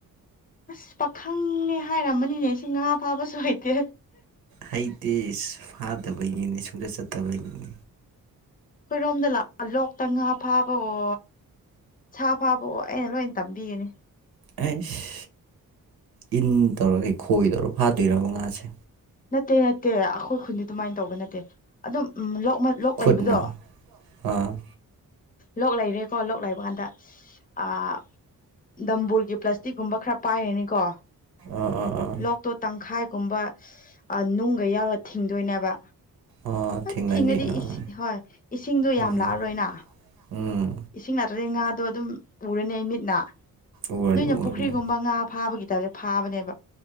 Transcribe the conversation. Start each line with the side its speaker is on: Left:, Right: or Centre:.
Left: ꯑꯁ ꯄꯥꯈꯪꯅꯦ ꯍꯥꯏꯔꯝꯕꯅꯤꯅꯦ ꯁꯤ ꯉꯥ ꯐꯥꯕꯁꯨ ꯍꯩꯇꯦ
Right: ꯍꯩꯇꯦ ꯏꯁ ꯐꯥꯗꯕꯩꯅꯤꯅ‌ꯦ ꯁꯨꯡꯆꯠ ꯆꯠꯇꯕꯒꯤꯅꯤ
Left: ꯑꯩꯈꯣꯏꯔꯣꯝꯗ ꯂꯥꯛ ꯂꯣꯛꯇ ꯉꯥ ꯐꯥꯕꯋꯣ ꯁꯥ ꯐꯥꯕꯑꯣ ꯑꯩꯅ ꯂꯣꯏ ꯇꯝꯕꯤꯒꯅꯤ
Right: ꯑꯩꯁ ꯏꯟ ꯇꯧꯔꯒ ꯈꯣꯏ ꯇꯧꯔ ꯐꯥꯗꯣꯏꯔꯕ ꯉꯥꯁꯦ
Left: ꯅꯠꯇꯦ ꯅꯠꯇꯦ ꯑꯩꯈꯣꯏ ꯈꯨꯟꯗꯤ ꯑꯗꯨꯃꯥꯏꯅ ꯇꯧꯕ ꯅꯠꯇꯦ ꯑꯗꯨꯝ ꯈꯨꯃꯠ ꯂꯣꯛ
Right: ꯈꯨꯠꯅ
Left: ꯂꯩꯕꯗꯣ
Right: ꯑꯥ
Left: ꯂꯣꯛ ꯂꯩꯔꯦꯀꯣ ꯂꯣꯛ ꯂꯩꯕ ꯀꯥꯟꯗ ꯑꯥ ꯗꯝꯕꯨꯔꯒꯤ ꯄ꯭ꯂꯥꯁꯇꯤꯛꯀꯨꯝꯕ ꯈꯔ ꯄꯥꯏꯔꯅꯤꯀꯣ
Right: ꯑꯥ ꯑꯥ ꯑꯥ
Left: ꯂꯣꯛꯇꯣ ꯇꯪꯈꯥꯏꯒꯨꯝꯕ ꯑꯥ ꯅꯨꯡꯒ ꯌꯥꯎꯔ ꯊꯤꯡꯗꯣꯏꯅꯦꯕ
Right: ꯑꯥ
Left: ꯍꯣꯏ
Right: ꯊꯦꯡꯉꯅꯤ
Left: ꯊꯤꯡꯉꯗꯤ
Right: ꯑꯥ
Left: ꯍꯣꯏ ꯏꯁꯤꯡꯗꯣ
Right: ꯎꯝ
Left: ꯌꯥꯝ ꯂꯥꯛꯑꯔꯣꯏꯅ
Right: ꯎꯝ
Left: ꯏꯁꯤꯡ ꯂꯛꯇꯔꯗ ꯉꯥꯗꯣ ꯑꯗꯨꯝ ꯎꯔꯅꯤ ꯑꯩ ꯃꯤꯠꯅ
Right: ꯎꯔꯅꯤ
Left: ꯅꯣꯏꯅ
Right: ꯎꯔꯅꯤ
Left: ꯄꯨꯈ꯭ꯔꯤꯒꯨꯝꯕ ꯉꯥ ꯐꯥꯕꯒꯤ ꯇꯥꯏꯞꯇ ꯐꯥꯕꯅꯦꯕ